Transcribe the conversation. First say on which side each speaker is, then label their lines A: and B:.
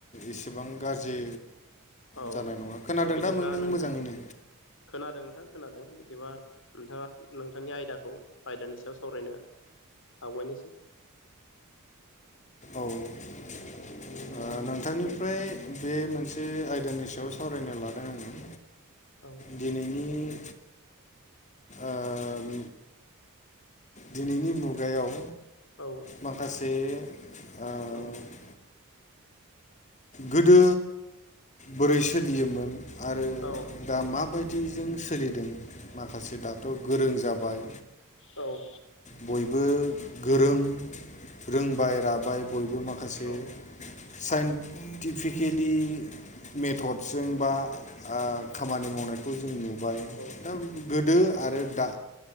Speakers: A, on the left; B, on the left.
A: इसेबां गारजि
B: औ
A: जानाय नङा खोनादों
B: दे बिदिब्ला
A: दा नों
B: नोंथां
A: मोजाङैनो
B: खोनादों नोंथां खोनादों बिदिबा नोंथाङा नोंथांनि आयदाखौ आयदानि सायाव सावरायनो आवगायनिसै
A: औ ओ नोंथांनिफ्राय बे मोनसे आयदानि सायाव सावरायनो लादों आङो <inaudible>
B: औ
A: दिनैनि ओम दिनैनि मुगायाव
B: औ
A: माखासे ओ
B: औ
A: गोदो बोरै सोलियोमोन आरो
B: औ
A: दा माबायदिजों सोलिदों माखासे दाथ' गोरों जाबाय
B: औ
A: बयबो गोरों रोंबाय राबाय
B: औ
A: बयबो माखासे
B: औ
A: साइन्टिफिकेलि मेथडजों बा खामानि मावनायखौ जों नुबाय
B: औ
A: ओम गोदो आरो दा